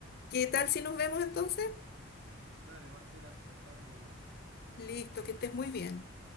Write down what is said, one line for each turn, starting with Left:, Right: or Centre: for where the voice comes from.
Left: ¿Qué tal si nos vemos entonces?
Right: Dale, Marcela, nos estamos viendo.
Left: Listo, que estés muy bien.